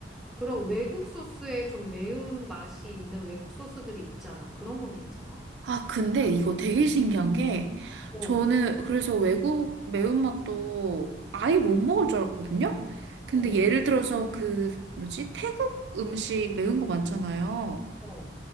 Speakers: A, in the centre; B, on the right.
A: 그럼 외국 소스에 좀 매운 맛이 있는 외국 소스들이 있잖아. 그런 건 괜찮아?
B: 아, 근데 이거 되게 신기한 게,
A: 어,
B: 저는 그래서 외국 매운맛도 아예 못
A: 응,
B: 먹을 줄 알았거든요? 근데
A: 어,
B: 예를 들어서 그, 뭐지, 태국 음식 매운 거 많잖아요.
A: 어,